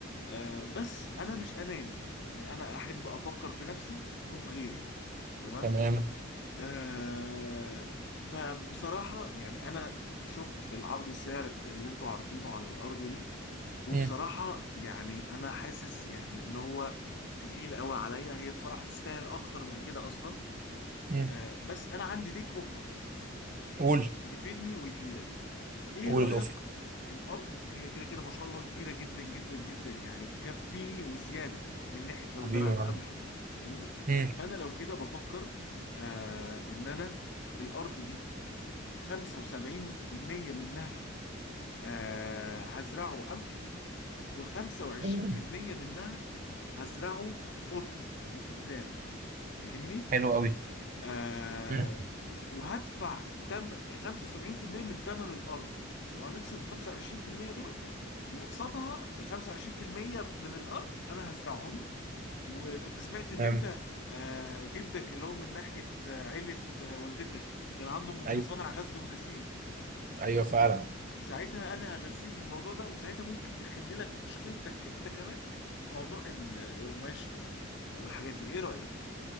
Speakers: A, on the left; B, on the right.
A: آه بس انا مش اناني يعني انا احب افكر في نفسي وفي غيري تمام
B: تمام
A: آه فبصراحه يعني انا شفت العرض السعر اللي انتوا عارضينه على الارض دي وبصراحة
B: مم.
A: يعني أنا حاسس يعني إن هو تقيل قوي عليا هي بصراحة تستاهل أكتر من كده أصلا
B: مم.
A: آه بس أنا عندي ليك أوفر
B: قول
A: يفيدني ويفيدك إيه
B: قول
A: رأيك
B: الاوفر
A: الأرض هي كده كده ما شاء الله كبيرة جدا جدا جدا يعني تكفيني وزيادة من ناحية لو
B: حبيبي
A: زرعت
B: يا معلم
A: قمح فاهمني
B: مم.
A: فأنا لو كده بفكر آه إن أنا الأرض دي 75% منها آه هزرعه قمح و25%
B: تمام.
A: منها هزرعه قطن وكتان فاهمني؟
B: حلو قوي
A: آه
B: مم.
A: وهدفع تم 75% من ثمن الارض وهنصرف 25% دول وقصادها ال 25% من الارض انا هزرعهم وكنت سمعت ان
B: تمام.
A: انت آه جدك اللي هو من ناحيه آه، عيله آه، والدتك كان عندهم
B: ايوه
A: مصانع غزل ونسيج
B: ايوه فعلا
A: ساعتها انا هغذيه بالموضوع ده وساعتها ممكن تحل لك مشكلتك انت كمان في موضوع ال- القماش وال- والحاجات دي ايه رأيك